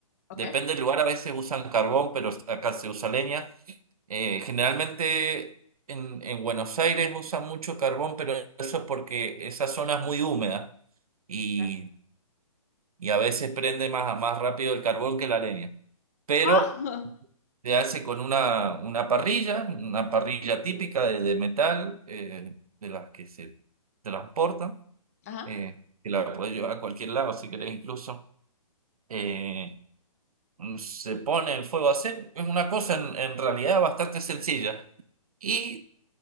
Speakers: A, on the left; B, on the right.
A: Ok.
B: depende del lugar, a veces usan carbón, pero acá se usa leña. Eh, generalmente en, en Buenos Aires usan mucho carbón, pero eso es porque esa zona es muy húmeda y,
A: Ok.
B: y a veces prende más, más rápido el carbón que la leña. Pero
A: Ah,
B: se hace con una, una parrilla, una parrilla típica de, de metal, eh, de las que se transportan,
A: ajá.
B: eh, que la puedes llevar a cualquier lado si querés incluso. Eh, se pone el fuego a hacer, es una cosa en en realidad bastante sencilla. Y